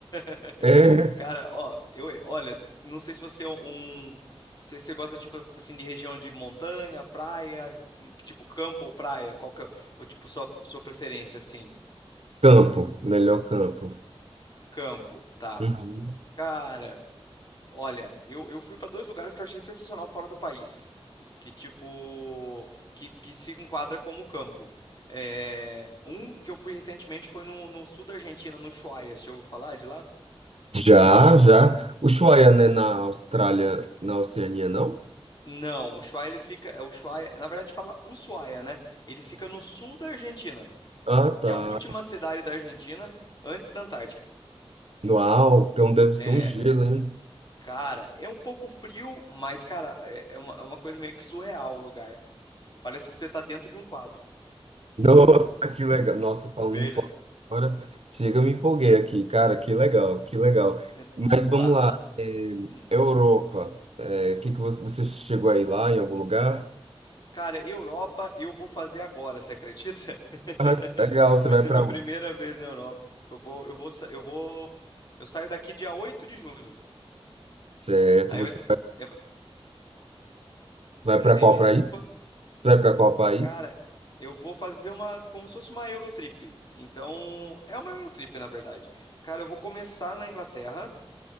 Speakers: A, on the left; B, on the right.
A: <laughs>
B: É
A: Cara, ó, eu, olha, não sei se você é um, se você gosta tipo assim de região de montanha, praia, tipo campo ou praia, qual que é o o, tipo sua sua preferência assim?
B: campo, melhor campo.
A: Campo, tá.
B: Uhum.
A: Cara, Olha, eu, eu fui para dois lugares que eu achei sensacional fora do país, que tipo, que, que se enquadra como campo. É, um que eu fui recentemente foi no, no sul da Argentina, no Ushuaia, deixa eu ouviu falar de lá?
B: Já, já. Ushuaia, né, na Austrália, na Oceania, não?
A: Não, o Ushuaia ele fica, é o Ushuaia, na verdade fala Ushuaia, né? Ele fica no sul da Argentina.
B: Ah, tá.
A: É a última cidade da Argentina antes da Antártica.
B: Uau, então deve ser
A: É,
B: um gelo, hein?
A: cara, é um pouco frio, mas cara, é, é uma, é uma coisa meio que surreal o lugar. Parece que você tá dentro de um quadro.
B: Nossa, que legal. Nossa,
A: <laughs>
B: falando
A: Verdade.
B: em copo agora, chega, eu me empolguei aqui, cara, que legal, que legal.
A: É,
B: Mas vamos
A: Lá,
B: lá,
A: lá.
B: é,
A: hum.
B: Europa, é, que que você, você chegou aí lá em algum lugar?
A: Cara, Europa eu vou fazer agora, você acredita?
B: Ah, que
A: <laughs>
B: legal, você
A: Vai
B: vai
A: ser
B: para
A: minha primeira
B: onde?
A: vez na Europa. Eu vou, eu vou, sa- eu vou, eu saio daqui dia 8 de junho.
B: Certo,
A: Aí
B: você
A: vai ser,
B: vai,
A: é, va-
B: vai
A: não
B: para
A: entendi,
B: qual país?
A: desculpa.
B: Você vai para qual país?
A: Cara, eu vou fazer uma, como se fosse uma Eurotrip. Então, é uma Eurotrip, na verdade. Cara, eu vou começar na Inglaterra,